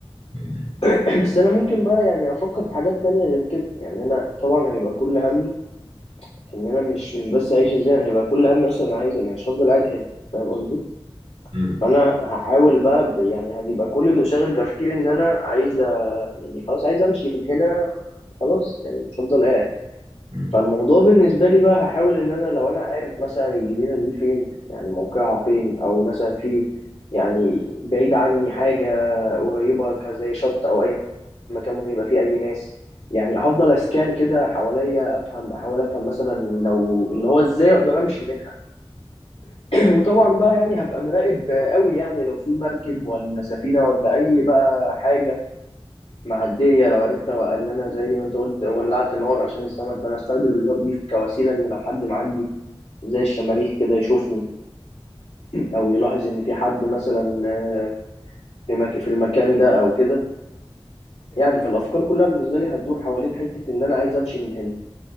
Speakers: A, on the right (about 85°); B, on the left (about 75°).
A: مم.
B: <clears throat> بس أنا ممكن بقى يعني أفكر في حاجات تانية غير كده يعني أنا طبعا هيبقى كل همي إن أنا مش مش بس أعيش إزاي أنا هيبقى كل همي أصلا أنا عايز مش هفضل قاعد هنا فاهم قصدي؟
A: مم.
B: فانا هحاول بقى ب- يعني هتبقى كل اللي شاغل تفكيري ان انا عايز أ- يعني خلاص عايز امشي من هنا خلاص يعني مش هفضل قاعد
A: مم.
B: فالموضوع بالنسبه لي بقى هحاول ان انا لو انا عارف مثلا الجزيره دي فين يعني موقعها فين او مثلا في يعني بعيد عني حاجه قريبه ك- زي شط او اي مكان ممكن يبقى فيه اي ناس يعني هفضل اسكان كده حواليا افهم احاول افهم مثلا لو اللي هو ازاي اقدر امشي منها وطبعا بقى يعني هبقى مراقب قوي يعني لو في مركب ولا سفينة ولا أي بقى حاجة معدية لو عرفت أوقع- إن أنا زي ما أنت قلت ولعت نار عشان السمك فأنا أستخدم النار دي كوسيلة إن لو حد معدي زي الشماريخ كده يشوفني أو يلاحظ إن في حد مثلا آه، في مك... في المكان ده أو كده يعني فالأفكار كلها بالنسبة لي هتدور حوالين حتة إن أنا عايز أمشي من هنا